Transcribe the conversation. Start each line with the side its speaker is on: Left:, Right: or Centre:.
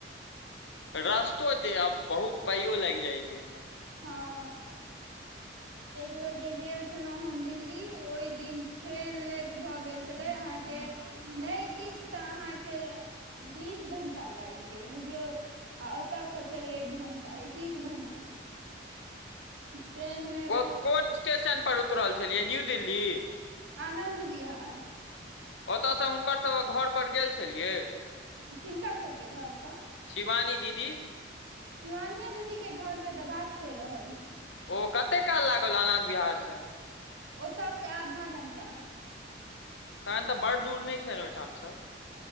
Left: रस्तो छै आब बहुत पाइयो लाइग जाइ छै ओहिमे
Right: हाँ एक बेर जे गेल छलहुँ हम दिल्ली ओइ दिन ट्रेन लेट भऽ गेल छलै अहाँके नहि किछु तऽ अहाँके बीस घंटा लैग गेल बुझियौ आ ओतय से फेर एक घण्टा एकिस एक घण्टा ट्रेन में
Left: को कोन स्टेशनपर उतरल छेलियै न्यू दिल्ली
Right: आनन्द बिहार
Left: ओतयसँ हुनकरसबक घर पर गेल छलियै
Right: किनकर सबके घर पर
Left: शिवानी दीदी
Right: शिवानीयो दीदीके घरके तऽ बात कर रहल छी
Left: ओ कते काल लागल आनद बिहार से
Right: ओत से आधा घण्टा
Left: तखन तऽ बड दूर नै छैन ओइठामसँ